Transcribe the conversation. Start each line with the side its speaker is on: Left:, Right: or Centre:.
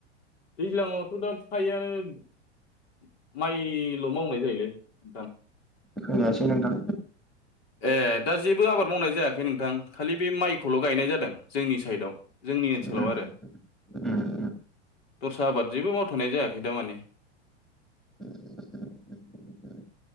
Left: दैज्लांआवथ' दा फायोआानो <inaudible> माइल' मावनाय जायोलै नोंथां
Centre: खोनायासै नोंथां
Left: ए दा जेबो आबाद मावनाय जायाखै नोंथां खालि बे माइखौल' गायनाय जादों जोंनि साइडआव जोंनि ओनसोलाव
Centre: नोंथां
Left: आरो
Centre: <inaudible>
Left: दस्रा आबाद जेबो मावथ'नाय जायाखै दामानि।
Centre: <inaudible>